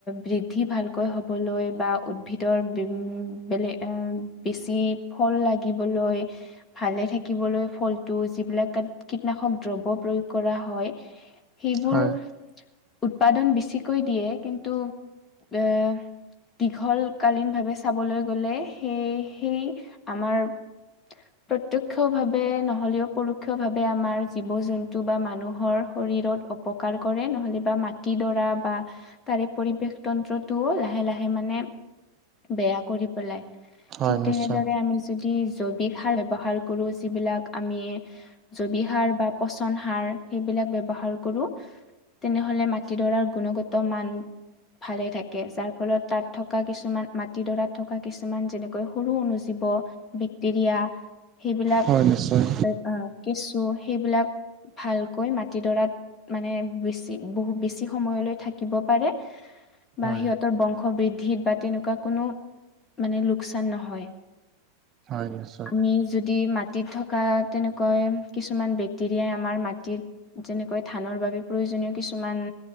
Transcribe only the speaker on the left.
বৃদ্ধি ভালকৈ হ'বলৈ বা উদ্ভিদৰ উ মই বেলেগ এ বেছি ফল লাগিবলৈ ভালে থাকিবলৈ ফলটো যিবিলাক কীটনাশক দ্ৰব প্ৰয়োগ কৰা হয় সেইবোৰ
উৎপাদন বেছিকৈ দিয়ে কিন্তু এ দীঘলকালীনভাৱে চাবলৈ গ'লে সেই সেই আমাৰ প্ৰত্যয় ক্ষ ভাৱে নহলেও পৰোক্ষ ভাৱে আমাৰ জীৱ জন্তু বা মানুহৰ শৰীৰত অপকাৰ কৰে নহ'লে বা মাটিডৰা বা তাৰে পৰিৱেশ তন্ত্ৰতটোও লাহে লাহে হে মানে বেয়া কৰি পেলাই
ঠিক
তেনেদৰে আমি যদি জৈৱিক সাৰ ব্যৱহাৰ কৰো যিবিলাক আমি জৈৱিক সাৰ বা পচন সাৰ সেইবিলাক ব্যৱহাৰ কৰো তেনেহ'লে মাটিডৰাৰ গুণগত মান ভালেই থাকে যাৰ ফলত তাত থকা কিছুমান মাটিডৰাত থকা কিছুমান যেনেকৈ সৰু অনুজীৱ বেক্টেৰিয়া সেইবিলাক
কেঁচু সেইবিলাক ভালকৈ মাটিডৰাত মানে বেছি বহু বেছি সময়লৈ থাকিব পাৰে বা
সিহঁতৰ বংশ বৃদ্ধিত বা তেনেকুৱা কোনো মানে লোকচান নহয়
আমি যদি মা মাটিত থকা তেনেকুৱৈ কিছুমান বেক্টেৰিয়াই আমাৰ মাটিত যেনেকৈ ধানৰ বাবে প্ৰয়োজনীয় কিছুমান